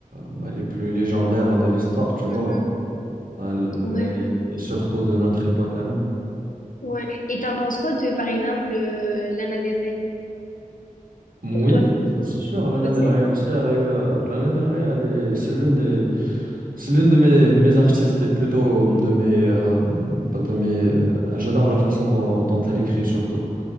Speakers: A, on the right; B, on the left.
A: bah, les plus légendaires de l'histoire, tu vois,
B: Mhm.
A: À et
B: Ouais,
A: surtout de notre époque à nous.
B: ouais. Et t'en penses quoi de, par exemple, euh, Lana Del Rey?
A: Oui,
B: Pour toi, c'est
A: ça, c'est sûr, Lana
B: possible?
A: Del Rey aussi, elle a eu, euh, Lana Del Rey, elle est- c'est l'une des, c'est l'une de mes, de mes artistes et plutôt de mes, euh, bah, de mes, euh, j'adore la façon dont, dont elle écrit surtout.